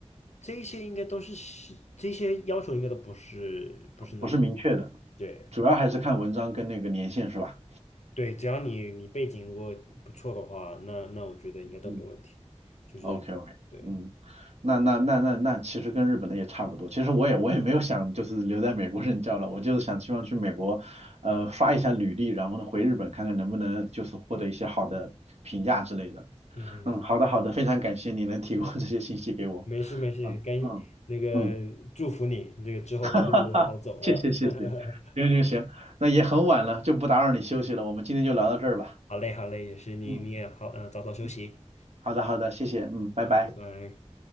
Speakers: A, on the left (about 85°); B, on the right (about 70°).
A: 这些应该都是西这些要求应该都不是不是那么
B: 不是明确的，
A: 对对
B: 主要还是看文章跟那个年限是吧？
A: 对，只要你你背景如果不错的话，那那我觉得应该都没问题。
B: 嗯。
A: 就是对，
B: OK OK，嗯，那那那那那其实跟日本的也差不多。其实我也我也没有想就是留在美国任教了，我就是想希望去美国，呃，刷一下履历，然后呢回日本看看能不能就是获得一些好的评价之类的。
A: 嗯，
B: 嗯，好的好的，非常感谢你能提供这些信息给我。
A: 没事没事，
B: 嗯嗯嗯，
A: 赶那个祝福你这个之后的路好走啊。
B: 哈，谢谢谢谢，
A: <laughs>
B: 行行行，那也很晚了，就不打扰你休息了，我们今天就聊到这儿吧。
A: 好嘞好嘞，也是你你也好，
B: 嗯
A: 嗯、早早休息，
B: 嗯，好的好的，谢谢，嗯，拜拜。
A: 好，拜拜。